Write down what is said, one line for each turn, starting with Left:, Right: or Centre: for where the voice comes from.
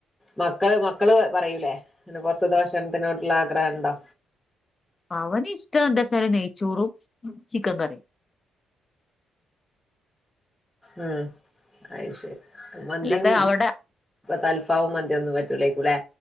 Centre: മക്കള് മക്കള് പറയൂലേ പിന്നെപൊറത്തി ത്തെ ഭഷണത്തിനോടുള്ള ആഗ്രഹണ്ടോ
Left: അവന് ഇഷ്ടം എന്താ വെച്ചാല് നെയ്ച്ചോറും ചിക്കൻ കറിം
Centre: ഉം അഹ് ശരി മന്തിം
Left: അല്ലാതെ അവിടെ
Centre: തൽഫാമു മന്തി ഒന്നും പറ്റൂലേക്കൂല്ലേ